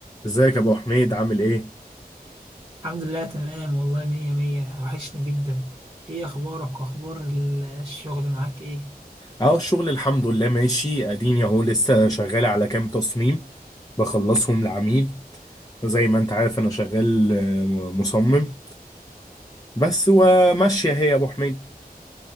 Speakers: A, on the left; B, on the right.
A: ازيك يا ابو حميد عامل ايه
B: الحمد لله تمام والله مية مية وحشني جدا ايه اخبارك واخبار ال- الشغل معاك ايه
A: اهو الشغل الحمد لله ماشي اديني اهو لسه شغال على كام تصميم بخلصهم لعميل زي ما انت عارف انا شغال آه، مصمم بس وماشيه هي يا ابو حميد